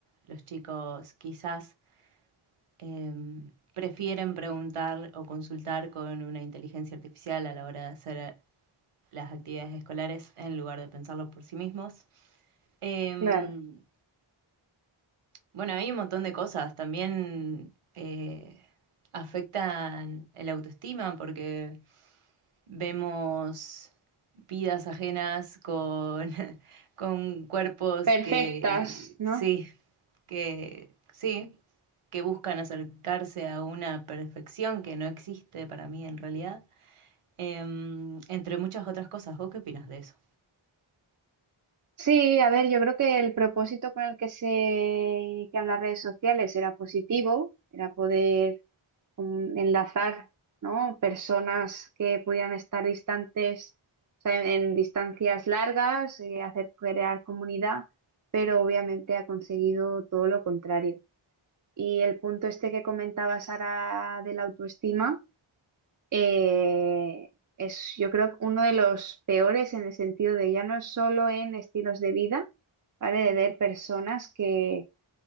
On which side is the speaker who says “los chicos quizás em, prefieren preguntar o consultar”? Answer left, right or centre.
Right